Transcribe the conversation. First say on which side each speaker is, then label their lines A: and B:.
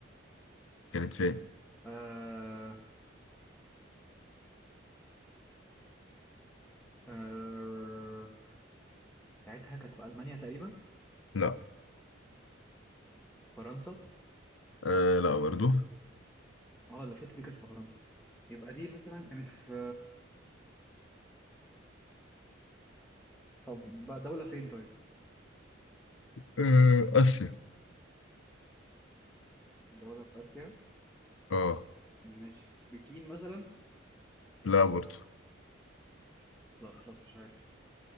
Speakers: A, on the left (about 80°); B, in the centre.
A: كانت فين؟
B: آه آه ساعتها كانت في المانيا تقريبا
A: لا
B: فرنسا
A: آه لا برضو
B: اه اللي فاتت دي كانت في فرنسا يبقى دي مثلا كانت في طب بقى دولة فين طيب؟
A: آه آسيا
B: دولة في آسيا
A: اه
B: ماشي بكين مثلا
A: لا برضو
B: لا خلاص مش عارف